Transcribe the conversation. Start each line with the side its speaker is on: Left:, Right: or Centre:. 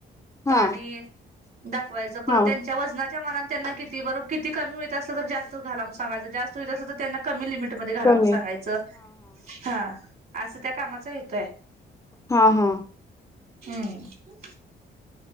Left: हा
Right: पाणी दावाच पर
Left: हा
Right: त्यांच्या व मतना किती ब किती कमी होत अस तर जास्त झालाग सगाय जास्त होत अस तर त्यां कमी लिमिटमध्ये घाला
Left: कमी
Right: म्ह सांगायचं हा असं त्या कामाचा येतोय
Left: हा हा <unintelligible>
Right: हम्म <unintelligible>